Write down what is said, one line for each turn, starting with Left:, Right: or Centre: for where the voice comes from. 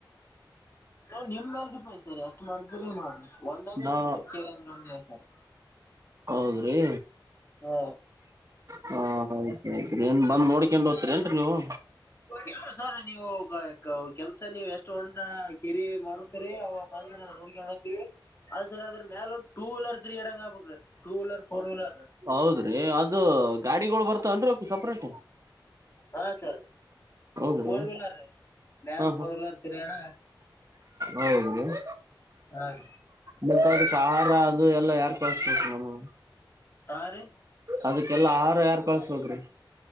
Left: ನ ನಿಮ್ಮ ಮೇಲೆ ಡಿಪೆಂಡ್ ಸರ್ ಎಷ್ಟು ಮಾಡಿದ್ರ ಮಾಡ್ರ ಒಂದ್ದ
Right: ನಾ
Left: ಸರ್ ಕೇಳಂದ್ರಂದ ಸರ್.
Right: ಹೌದ್ರಿ.
Left: ಹಾ.
Right: ಹಾ ಆಯ್ತ ಆಯ್ತ್ರಿ ಏನ್ ಬಂದ್ ನೋಡ್ಕೊಂಡು ಹೋಗದ್ತರಿ ಏನ್ರಿ ನೀವು.
Left: ಇಲ್ ಸರ್ ನೀವು ಕೆಲ್ಸ ನೀವು ಎಷ್ಟು ಒಂಟ. ಕಿರಿ ಮಾಡತರಿ ಅವಾಗ ಬಂದ ನಾವು ಹುಡುಗಿ ಹತೀವಿ ಅದ ಸರ್ ಅದ್ರ ಮೇಲೊ. ಟೂ ವೀಲರ್ ತ್ರೀ ಅಡಂಗ ಆಗ್ಬೇಕರಿ ಟೂ ವೀಲರ್ ಫೋರ್ ವೀಲರ್.
Right: ಹೌದ್ರಿ ಅದು ಗಾಡಿಗಳು ಬರ್ತಾವನ್ರೀ ಅವ ಸಪ್ರೇಟ್.
Left: ಹಾ ಸರ್
Right: ಹೌದ್ರಿ
Left: ಫೋರ್ ವೀಲರ್ ಮ್ಯಾಗ
Right: ಹಾ
Left: ಫೋರ್ ವೀಲರ್ ತಿರಣ.
Right: ಹೌದುದು. <inaudible>
Left: ಹಾ ರೀ.
Right: ಮತ್ತ ಅದಕ್ಕೆ ಆಹಾರ ಅದು ಎಲ್ಲಾ ಯಾರ್ ಕಳಸ ಬೇಕರಿ ನಮಗ.
Left: ಹಾ ರೀ.
Right: ಅದಕ್ಕೆಲ್ಲಾ ಆಾರ ಯಾರ್ ಕಳ್ಸ್ಬೇಕ್ರಿ.